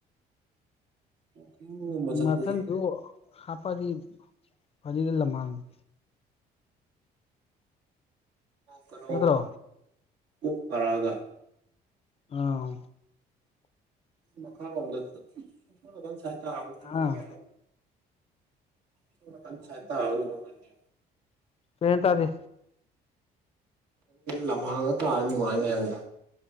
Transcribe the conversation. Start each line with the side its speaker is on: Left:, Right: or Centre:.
Right: ꯋꯥꯛꯀꯤꯡꯒꯨꯝꯕ ꯆꯠꯄꯁꯦ
Left: ꯃꯊꯟꯁꯨ ꯍꯥꯞꯄꯗꯤ ꯐꯔꯤꯒ ꯂꯝꯍꯥꯡꯉ
Right: ꯀꯩꯅꯣ
Left: ꯅꯠꯇ꯭ꯔꯣ
Right: ꯎ ꯐꯔꯥꯒ
Left: ꯑꯥ
Right: ꯃꯈꯥꯂꯣꯝꯗ ꯁꯣꯂꯀꯥꯟ ꯁꯥꯏꯠꯇꯥ ꯍꯕ ꯑꯗꯨꯝ ꯅꯨꯡꯉꯥꯏꯕ
Left: ꯑꯥ
Right: ꯁꫭꯝ ꯅꯥꯀꯟ ꯁꯥꯏꯠ ꯇꯥꯔꯕꯨꯗꯤ ꯅꯨꯡꯉꯥꯏꯅꯤ
Left: ꯀꯩꯍꯥꯏꯅꫭ ꯇꯥꯗꯤ
Right: ꯂꯝꯍꯥꯡꯉ ꯇꯥꯔꯗꯤ ꯅꯨꯡꯉꯥꯏꯅꯤ ꯍꯥꯏꯕꯅꯤꯗ